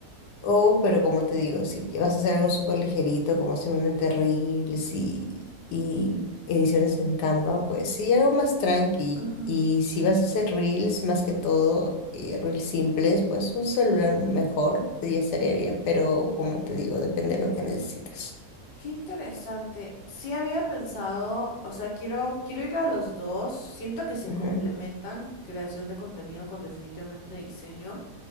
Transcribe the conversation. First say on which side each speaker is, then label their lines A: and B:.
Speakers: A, on the left (about 80°); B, on the left (about 50°).
A: O, pero como te digo, si que vas a hacer algo súper ligerito, como simplemente reels y, y ediciones en Canva, pues sí, algo más tranqui.
B: ajá.
A: Y si vas a hacer reels, más que todo, eh, reels simples, pues un celular mejor ya estaría bien. Pero como te digo, depende de lo que necesites.
B: Qué interesante. Sí había pensado, o sea, quiero, quiero ir a los dos. Siento que se
A: Ujú,
B: complementan creación de contenido con definitivamente diseño.